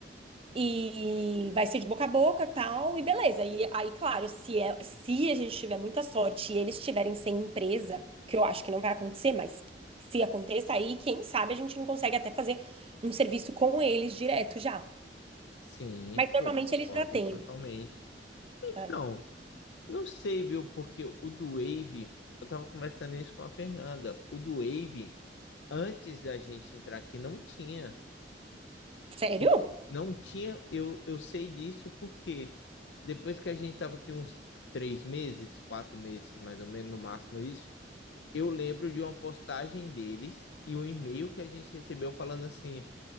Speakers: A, on the right; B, on the left.
A: E vai ser de boca a boca, tal, e beleza. E aí, claro, se, é, se a gente tiver muita sorte e eles estiverem sem empresa, que eu acho que não vai acontecer, mas se aconteça aí, quem sabe a gente não consegue até fazer um serviço com eles direto já.
B: Sim,
A: Mas normalmente
B: pô, concordo
A: eles já têm,
B: totalmente.
A: né?
B: Então,
A: É.
B: não sei, viu, porque o do Wave, eu tava conversando isso com a Fernanda. O do Wave antes da gente entrar aqui não tinha.
A: Sério?
B: Porque não tinha, eu, eu sei disso porque depois que a gente estava aqui uns três meses, quatro meses, mais ou menos, no máximo isso, eu lembro de uma postagem deles e um e-mail que a gente recebeu falando assim: